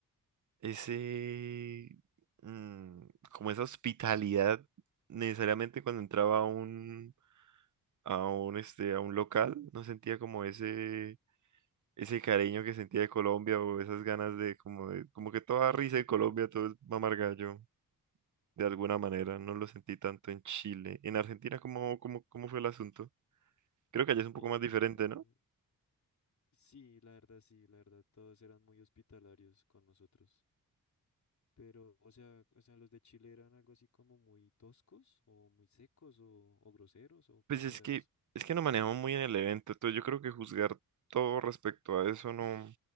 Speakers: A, on the right (about 55°); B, on the left (about 50°).
A: ese, mm, como esa hospitalidad necesariamente cuando entraba a un, a un, este, a un local, no sentía como ese, ese cariño que sentía de Colombia o esas ganas de como de, como que toda risa de Colombia, todo es mamar gallo, de alguna manera. No lo sentí tanto en Chile. En Argentina, ¿cómo, cómo, cómo fue el asunto? Creo que allá es un
B: Eh,
A: poco más diferente, ¿no?
B: sí, la verdad sí, la verdad todos eran muy hospitalarios con nosotros. Pero, o sea, o sea, los de Chile eran algo así como muy toscos o muy secos o, o groseros o cómo
A: Pues es
B: era
A: que,
B: eso.
A: es que no manejamos muy en el evento, entonces yo creo que juzgar todo respecto a eso no,